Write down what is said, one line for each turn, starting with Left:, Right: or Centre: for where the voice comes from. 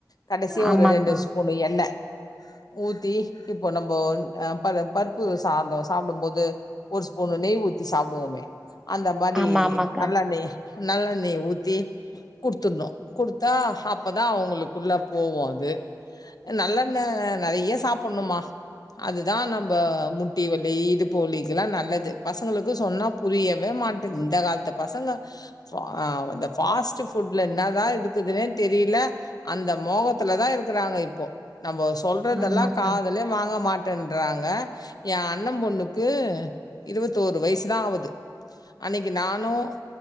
Left: கடைசியா
Centre: ஆமாக்கா
Left: ஒரு ரெண்டு ஸ்பூனு எண்ணெ ஊத்தி இப்போ நம்போ ன் அ பர பருப்பு சாதே சாப்டும் போது ஒரு ஸ்பூன்னு நெய் ஊத் த்தி சாப்புடுவோமே அந்த மாரி
Centre: ஆமா ஆமாக்கா
Left: நல்லெண்ணெய்ய நல்லெண்ணெய்ய ஊத்தி குடுத்துட்ணோ குடுத்தா அப்பதா அவங்களுக்குள்ள போவோ அது அ நல்லெண்ண நறைய சாப்புட்ணுமா அது தா நம்ப முட்டி வல் தே இடுப்பு வலிக்கில்லா நல்லது பசங்களுக்கு சொன்னா புரியவே மாட்டேங் இந்த கால்த்துப் பசங்க ஃப்ப அ இந்த ஃபாஸ்ட் ஃபுட்ல என்ன தா இருக்குதுன்னே தெரியில அந்த மோகத்துலதா இருக்குறாங்க இப்போ நம்போ சொல்றதெல்லா
Centre: ஆமாக்கா
Left: காதுலே வாங்க மாட் ட்டன்றாங்க என் அண்ண பொண்ணுக்கு இருவத்தோரு வயிசு தா ஆவுது அன்னைக்கு நானு ம்